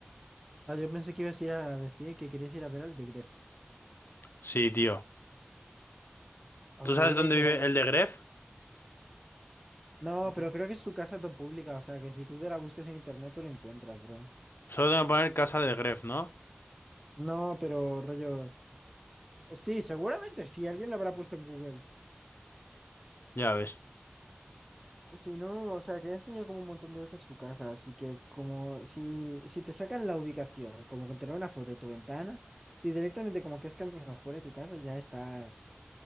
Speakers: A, in the centre; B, on the left (about 60°).
A: Ah, yo pensé que ibas a ir a decir que querías ir a ver al de Gref.
B: Sí, tío.
A: Al
B: ¿Tú sabes
A: de Gref
B: dónde
A: y
B: vive
A: a la...
B: el de Gref?
A: No,
B: Ujú.
A: pero creo que es su casa está pública, o sea que si tú te la buscas en internet tú la encuentras, bro.
B: Solo tengo que poner casa de Gref, ¿no?
A: No, pero rollo. Sí, seguramente sí, alguien la habrá puesto en Google.
B: Ya ves.
A: Si no, o sea que ha enseñado como un montón de veces su casa, así que como si, si te sacan la ubicación, como con tener una foto de tu ventana, si directamente como que has caminado fuera de tu casa, ya estás,